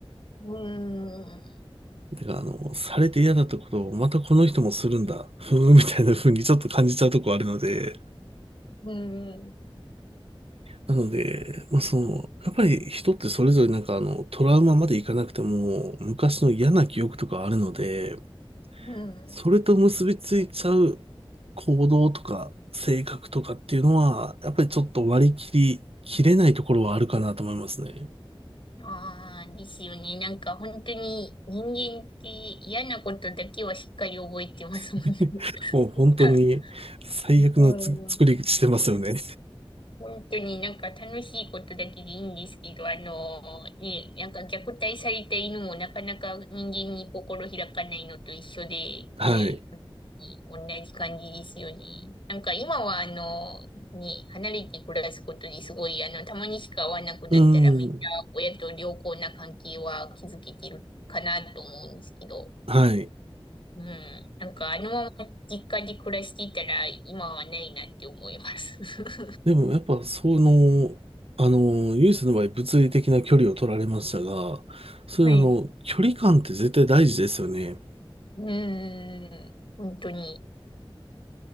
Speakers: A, on the left; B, on the right.
A: うん。
B: だからあの、されて嫌だったことをまたこの人もするんだ、ふーんみたいな風にちょっと感じちゃうとこあるので、
A: うん。
B: なので、まあその、やっぱり人ってそれぞれなんかあの、トラウマまでいかなくても昔の嫌な記憶とかあるので、
A: うん。
B: それと結びついちゃう行動とか性格とかっていうのは、やっぱりちょっと割り切り切れないところはあるかなと思いますね。
A: ああー、ですよね。なんか本当に人間って嫌なことだけはしっかり覚えてますもんね。
B: <laughs> もう本当に最悪のつ作りしてますよね。
A: <laughs> うん本当になんか楽しいことだけでいいんですけど、あのね、なんか虐待された犬もなかなか人間に心開かないのと一緒で、
B: はい。
A: ね、同じ感じですよね。なんか今はあの、ね、離れて暮らすことですごい、あの、たまにしか会わなくなったらめっちゃ親と良好な関係は築けてるかなと思うんですけど、
B: うん。はい。
A: うん。なんかあのまま実家で暮らしていたら今はないなって思います。<laughs>
B: でもやっぱその、あの、ユースの場合物理的な距離を取られましたが、そういうあの、
A: はい。
B: 距離感って絶対大事ですよね。
A: うーん、本当に。